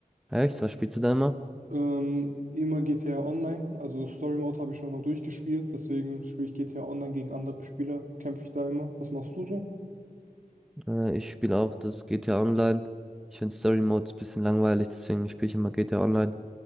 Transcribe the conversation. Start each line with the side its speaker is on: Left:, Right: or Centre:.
Centre: Echt? Was spielst du da immer?
Right: Ähm, immer GTA Online, also Story Mode habe ich schon mal durchgespielt, deswegen spiele ich GTA Online gegen andere Spieler, kämpfe ich da immer. Was machst du so?
Centre: Äh, ich spiele auch das GTA Online. Ich finde Story Mode ein bisschen langweilig, deswegen spiele ich immer GTA Online.